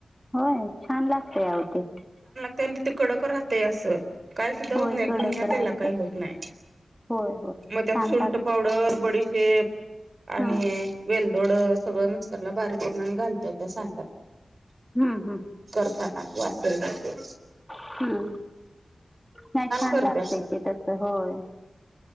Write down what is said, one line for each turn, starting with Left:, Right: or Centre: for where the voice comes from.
Centre: होय छान लागतय अहो ते
Right: त्यांनी ते कडक राहतय असं काय सुद्धा
Centre: होय
Right: होत नाहीत
Centre: कडक
Right: एक महिना त्याला
Centre: राहते.
Right: काय होत नाय
Centre: होय होय
Right: मग त्यात
Centre: छान
Right: सुंट
Centre: लागत.
Right: पावडर बडी शेप आणि
Centre: हा.
Right: वेलदोड सगळं मिक्सरला बारीक करून आणि घालत्यात त्या सांज्यात मग
Centre: हूं हूं
Right: करताना वाचल साठी
Centre: हम्म नाय छान
Right: करत्या
Centre: लागतय
Right: खरं
Centre: ते तस होय.